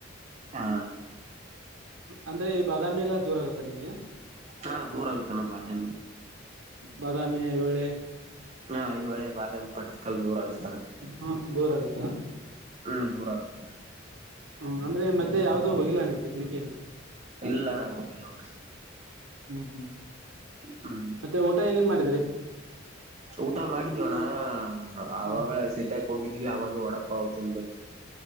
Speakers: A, on the right; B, on the right.
A: ಹಾ
B: ಅಂದ್ರೆ ಈ ಬಾದಾಮಿ ಎಲ್ಲ ದೂರ ಆಗತ್ತಾ ನಿಮ್ಗೆ
A: ಹಾ ದೂರ ಆಗತನ ಅಣ್ಣ ಬಾದಾಮಿ
B: ಬಾದಾಮಿ ಐಹೊಳೆ
A: ಹಾ ಐಹೊಳೆ ಬಾದಾಮಿ ಪಟ್ಟದಕಲ್ಲ ದೂರ ಆಗತಣ್ಣ
B: ಹ ದೂರ ಆಗತ್ತಾ
A: ಹ್ಮ ದೂರ ಆಗುತ್ತಣ್ಣ
B: ಹ್ಮ್ ಅಂದ್ರೆ ಈ ಮಧ್ಯೆ ಯಾವುದು ಹೋಗಿಲ್ಲ ನೀವು ಪಿಕ್ನಿಕ್
A: ಇಲ್ಲಣಾ ಹೋಗಿಲ ನೋಡ್ರಿ
B: ಹ್ಮ್ ಹ್ಮ್
A: ಹ್ಮ್
B: ಮತ್ತೆ ಊಟ ಏನೇನ್ ಮಾಡಿದ್ರಿ
A: ಊಟ ಮಾಡಿದಿವಣ್ಣ ಆವಾಗೆ
B: ಹಾ
A: ಸಿಟ್ಯಾಕ್ ಹೋಗಿದ್ವಿ ಅವಾಗೆ ಒಡಪ್ಪಾವ ತಿಂದ ಬಂದಿವಿ